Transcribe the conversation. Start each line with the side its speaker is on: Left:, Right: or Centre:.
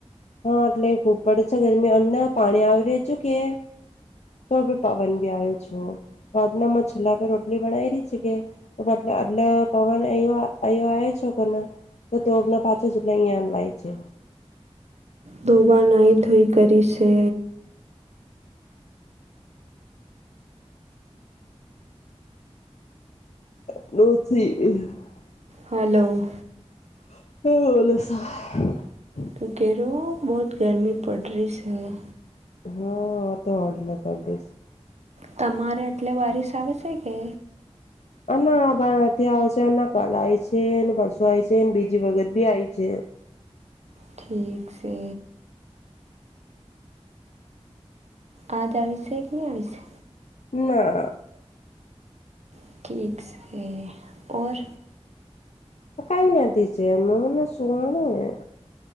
Left: હા, એટલે ખૂબ પડે છે ગરમી અને પાણી આવી રે છેુ કે? તો ભી પવન બી આયો છો. તો આજનામાં છલ્લા બે રોટલી બનાઈ રેહ છે કે તો માટલા આટલા પવન આયો આ અયો આઈ છે. છોકોના, તો તોના પાછા <unintelligible> અંયા લય છે.
Right: દોબા ન ધુઈ કરી છે.
Left: નથી.
Right: હલો
Left: <unintelligible>
Right: તું કેરૂ, બહુત ગરમી પડ રી છે હૈ
Left: હા, આતો <unintelligible> છે.
Right: તમારે એટલે વારિસ આવે છે કે?
Left: <unintelligible> માં નથી આવશે, કલ આઈ છે, પરસો આવી છે બીજી વખત બી આઇ છે
Right: ઠીક છે. આ દ આવીશે કે ની આવીશે
Left: ના.
Right: ઠીક છે, ઓર
Left: કઈ નથી છે, એ મને સુવાનું એ